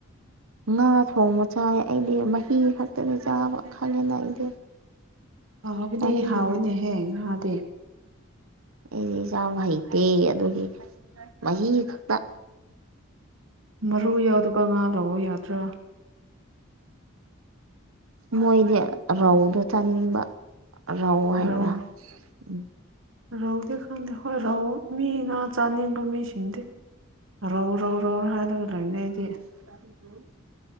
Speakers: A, on the right; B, on the right.
A: ꯉꯥ ꯊꯣꯡꯕ ꯆꯥꯏ ꯑꯩꯗꯤ ꯃꯍꯤ ꯈꯛꯇꯅꯤ ꯆꯥꯕ ꯈꯪꯉꯦꯅ ꯑꯩꯗꯤ
B: ꯍꯥꯎꯕꯅꯤ
A: ꯆꯥꯅꯤꯡꯗꯕ
B: ꯍꯥꯎꯑꯦꯅꯦꯍꯦ ꯉꯥꯗꯤ
A: ꯑꯩꯗꯤ ꯆꯥꯕ ꯍꯩꯇꯦ ꯑꯗꯨꯒꯤ ꯃꯍꯤ ꯈꯛꯇ
B: ꯃꯔꯨ ꯌꯥꯎꯗꯕ ꯉꯥ ꯂꯧꯑꯣ ꯌꯥꯗ꯭ꯔꯥ
A: ꯃꯣꯏꯗꯤ ꯑꯍꯥꯎꯕꯗꯣ ꯆꯥꯅꯤꯡꯕ ꯑꯔꯥꯎ ꯍꯥꯏꯕ꯭ꯔꯥ
B: ꯔꯧ
A: ꯎꯝ
B: ꯔꯧꯗꯤ ꯈꯪꯗꯦ ꯍꯣꯏ ꯔꯧ ꯃꯤ ꯉꯥ ꯆꯥꯅꯤꯡꯕ ꯃꯤ ꯁꯤꯡꯗꯤ ꯔꯧ ꯔꯧ ꯔꯧ ꯍꯥꯏꯒ ꯂꯩꯅꯦ ꯑꯩꯗꯤ
A: <inaudible>